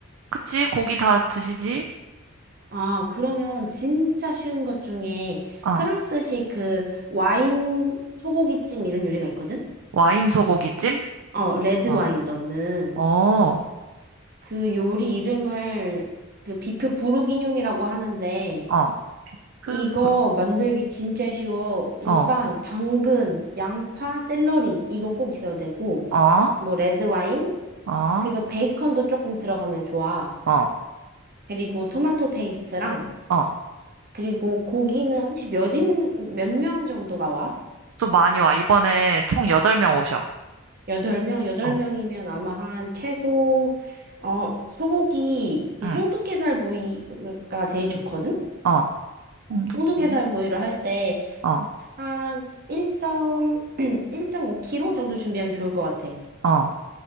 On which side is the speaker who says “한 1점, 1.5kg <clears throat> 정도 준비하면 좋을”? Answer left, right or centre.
Right